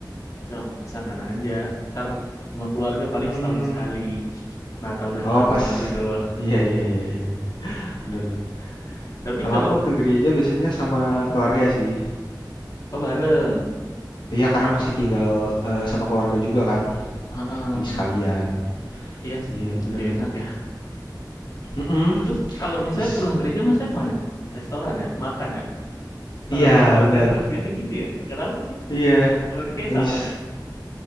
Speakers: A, on the left (about 45°); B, on the left (about 80°).
A: udah sama pasangan aja ntar sama keluarga paling
B: Hmm,
A: setahun sekali Natal dan
B: oh
A: tahun
B: pas,
A: baru doang
B: iya iya iya iya, bener bener.
A: <laughs> tapi
B: Kalau
A: kalau
B: aku ke gereja biasanya sama
A: uh-uh,
B: keluarga sih.
A: oh bareng.
B: Iya karena masih tinggal eh, sama keluarga juga kan,
A: uh
B: di sekalian.
A: Iya sih,
B: Iya bener.
A: lebih enak ya.
B: Mm-mm.
A: Itu kalau misalnya
B: Bis.
A: pulang gereja, masa kemana tuh? Restoran ya? Makan ya? Kalau
B: Iya
A: sama keluarga
B: bener.
A: dulu, biasa gitu ya? Kenapa sih?
B: Iya,
A: Sama keluarga kayak
B: habis
A: sama dah.